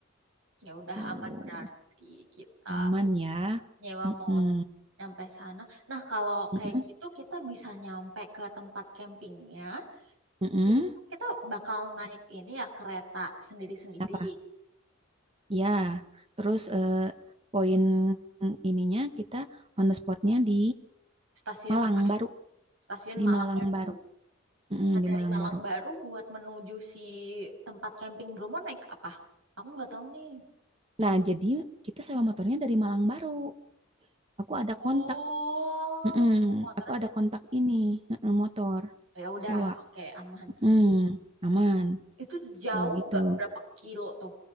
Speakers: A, on the right; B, on the right.
A: Ya udah
B: tuh
A: aman berarti kita
B: aman ya.
A: nyewa
B: Mm-mm.
A: mau nyampe sana. Nah kalau
B: Mm-mm.
A: kayak gitu kita bisa nyampe ke tempat campingnya.
B: Mm-mm.
A: I- Kita bakal naik ini ya kereta sendiri-sendiri.
B: Apa? Ya. Terus eh, poin ininya kita on the spotnya di
A: Stasiun
B: Malang
A: apa?
B: Baru,
A: Stasiun
B: di
A: Malang
B: Malang
A: Baru.
B: Baru, Mm-mm, di
A: dari
B: Malang
A: Malang
B: Baru.
A: Baru buat menuju si tempat camping Bromo naik apa? Aku nggak tahu nih.
B: Nah, jadi kita sewa motornya dari Malang Baru. Aku ada kontak.
A: Oh,
B: Mm-mm.
A: saya motornya
B: Aku ada
A: dari
B: kontak ini mm-mm, motor
A: Oh, ya udah,
B: sewa.
A: oke aman.
B: Mm, aman
A: Itu jauh
B: kalau gitu.
A: nggak berapa kilo tuh